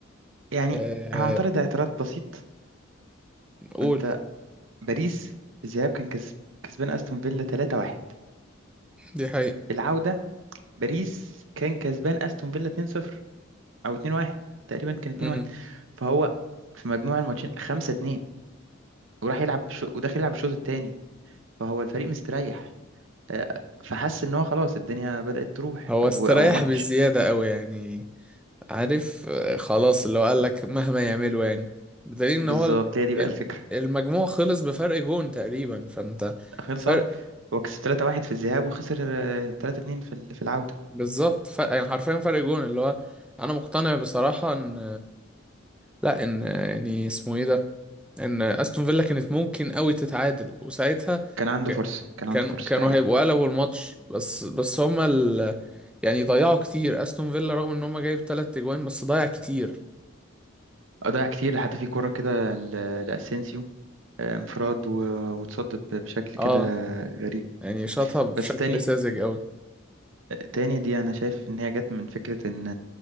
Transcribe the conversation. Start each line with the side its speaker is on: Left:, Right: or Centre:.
Right: يعني
Centre: آه،
Right: هعترض اعتراض بسيط
Centre: قول
Right: انت باريس الذهاب كان كسب كسبان استون فيلا 3-1
Centre: دي حقيقة
Right: العودة باريس كان كسبان استون فيلا 2-0 او 2 1 تقريبا كان 2
Centre: امم
Right: 1 فهو في مجموع الماتشين 5 2 وراح يلعب شو... وداخل يلعب الشوط الثاني فهو الفريق مستريح آه، فحس ان هو خلاص الدنيا بدأت تروح
Centre: هو
Right: و...
Centre: استريح
Right: او الماتش
Centre: بزيادة قوي يعني عارف آه، خلاص اللي هو قال لك مهما يعملوا يعني بدليل ان
Right: بالظبط
Centre: هو ال-
Right: هي دي بقى
Centre: الم-
Right: الفكرة
Centre: المجموع خلص بفرق جون تقريبا فانت
Right: خلص
Centre: فرق
Right: أهو. هو كسب 3 1 في الذهاب وخسر 3 2 في ال- في العودة
Centre: بالظبط فرق يعني حرفيا فرق جون اللي هو انا مقتنع بصراحة ان لا ان يعني اسمه ايه ده ان استون فيلا كانت ممكن قوي تتعادل وساعتها
Right: كان عنده
Centre: ك-
Right: فرصة كان
Centre: كانوا
Right: عنده فرصة
Centre: كانوا
Right: ده حقيقي
Centre: هيبقوا قلبوا الماتش بس بس هما ال... يعني ضيعوا كتير استون فيلا رغم ان هما جايب تلات اجوان بس ضيع كتير
Right: ضيع كتير حتى في كرة كده ل- لأسينسيو آه، انفراد و... وتصدد بشكل
Centre: اه
Right: كده غريب
Centre: يعني شاطها بشكل
Right: بس تاني
Centre: ساذج قوي
Right: تاني دي انا شايف ان هي جت من فكره ان